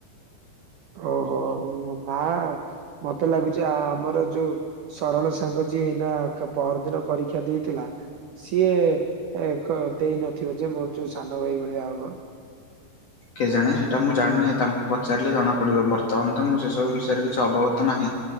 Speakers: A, on the right; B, on the left.
A: ଓହୋ ଓ ନା ମତେ ଲାଗୁଛି ଆମର ଯୋଉ ସରଳ ସାଙ୍ଗ ଯିଏ ଏଇନା ପର ଦିନ ପରୀକ୍ଷା ଦେଇଥିଲା। ସିଏ କ ଦେଇନଥିବ ଯେ ମୋର ଯୋଉ ସାନ ଭାଇ ଭଳିଆ ହବ।
B: କେ ଜାଣେ ସେଟା ମୁଁ ଜାଣିିନାହିଁ ତାଙ୍କୁ ପଚାରିଲେ ଜଣା ପଡିବ ବର୍ତ୍ତମାନ ତ ମୁଁ ସେ ସବୁ ବିଷୟରେ କିଛି ଅବଗତ ନାହିଁ।